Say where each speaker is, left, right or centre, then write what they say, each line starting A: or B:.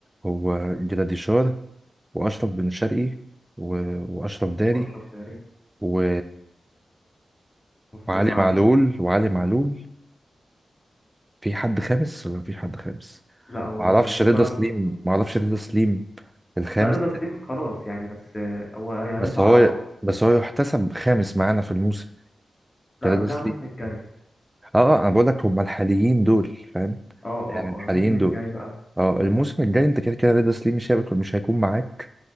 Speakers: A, on the right; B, on the left.
A: هو جراديشار واشرف بن شرقي و... واشرف داري
B: واشرف داري
A: و...
B: المفروض
A: وعلي
B: معلول
A: معلول وعلي معلول في حد خامس ولا مفيش حد خامس
B: لا هو
A: معرفش
B: بس المفروض
A: رضا
B: بقى
A: سليم
B: بن رمضان
A: معرفش رضا سليم الخامس
B: لا رضا سليم خلاص يعني بس آه، هو هي-
A: بس
B: هيطلع
A: هو
B: إعارة
A: بس هو يحتسب خامس معانا في الموسم
B: لا
A: ده رضا
B: مكان
A: سليم
B: الموسم الجاي
A: اه آه، انا بقول لك هم الحاليين دول فاهم
B: اه
A: يعني
B: اه
A: الحاليين
B: اه الموسم الجاي
A: دول
B: بقى
A: اه الموسم الجاي انت كده كده رضا سليم مش هيكون مش هيكون معاك